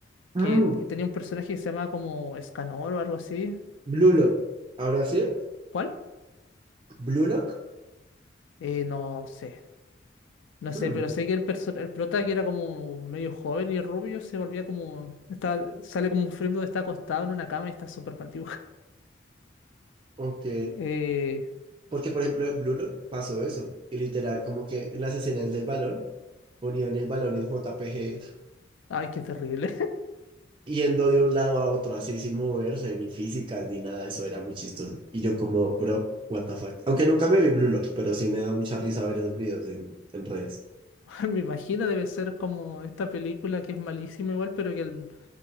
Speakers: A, on the left; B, on the right.
A: Que
B: Mm,
A: t- tenía un personaje que se llamaba como Escanor o algo así.
B: Blue Lock. ¿Ahora sí?
A: ¿Cuál?
B: ¿Blue Lock?
A: Eh, no sé. No sé,
B: Mm,
A: pero sé que el, perso- el prota que era como medio joven y rubio se volvía como. Está, sale como un frame donde está acostado en una cama y está súper mal dibujado. <laughs>
B: ok.
A: Eh,
B: Porque, por ejemplo, en Blue Lock pasó eso. Y literal, como que en las escenas del balón, ponían el balón en J P G
A: ay, qué terrible.
B: yendo de un lado a otro, así sin moverse, ni físicas, ni nada. Eso era muy chistoso. Y yo como, bro, what the fuck. Aunque nunca me vi Blue Lock, pero sí me da mucha risa ver esos videos en, en redes.
A: <laughs> Me imagino debe ser como esta película que es malísima igual, pero que, al-